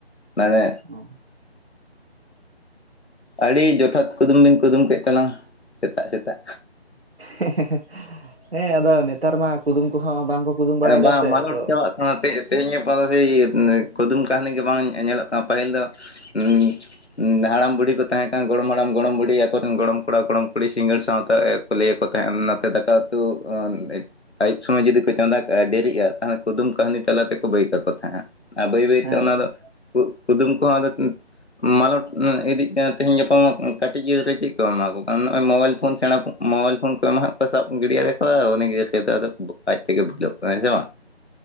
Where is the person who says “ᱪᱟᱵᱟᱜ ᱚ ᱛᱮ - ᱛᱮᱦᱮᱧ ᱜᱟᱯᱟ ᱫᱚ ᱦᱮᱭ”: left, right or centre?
Left